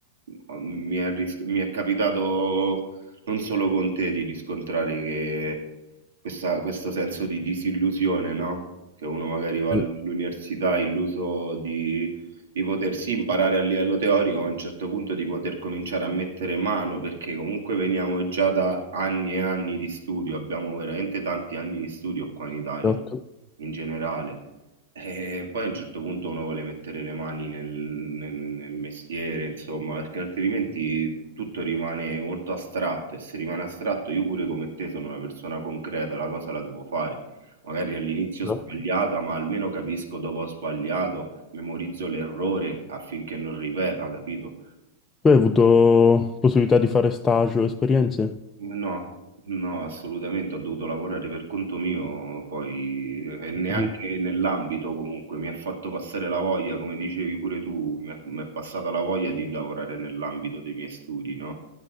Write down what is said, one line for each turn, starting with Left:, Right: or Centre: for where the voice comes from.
Right: mh, mi è, ris- mi è capitato non solo con te di riscontrare che questa- questo senso di disillusione, no? Che uno magari va all'università
Left: Eh,
Right: illuso di, di potersi imparare a livello teorico, a un certo punto di poter cominciare a mettere mano, perché comunque veniamo già da anni e anni di studio, abbiamo veramente tanti anni di studio qua in Italia
Left: Esatto,
Right: in generale. E poi a un certo punto uno vuole mettere le mani nel, nel- nel mestiere, insomma, perché altrimenti tutto rimane molto astratto e se rimane astratto io pure come te sono una persona concreta, la cosa la devo fare. Magari all'inizio
Left: esatto,
Right: sbagliata, ma almeno capisco dove ho sbagliato, memorizzo l'errore affinché non ripeta, capito?
Left: Tu hai avuto possibilità di fare stage o esperienze?
Right: No, no, assolutamente, ho dovuto lavorare per conto mio, poi eh, e neanche
Left: ho capito.
Right: nell'ambito comunque, mi ha fatto passare la voglia, come dicevi pure tu, mi è, mi è passata la voglia di lavorare nell'ambito dei miei studi, no?